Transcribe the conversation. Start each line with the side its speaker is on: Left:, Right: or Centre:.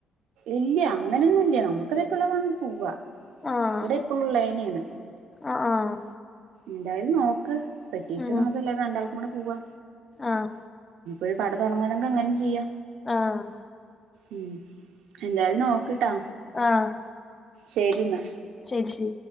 Right: ഇല്ല്യ അങ്ങനെയൊന്നും ഇല്ല്യ നമുക്കത് ഇപ്പോഴ വ പോവാ
Left: ആഹ്
Right: അവിടെ എപ്പോഴും ഉള്ളത് തന്നെ എൻ
Left: ആഹ് ആഹ്
Right: എന്തായാലും നോക്ക് പറ്റെച്ചാൽനമുക്ക്
Left: ഉം
Right: രണ്ടാൾക്കും കൂടെ പോവാ
Left: ആഹ്
Right: ഒരു കട തുടങ്ങാൻ ആണെങ്കിൽ അങ്ങനേം ചെയ്യാ.
Left: ആഹ്
Right: ഉം എന്തായാലും നോക്ക്‌ട്ടാ.
Left: ആഹ്
Right: ശെരിന്നാ
Left: ശരി ശരി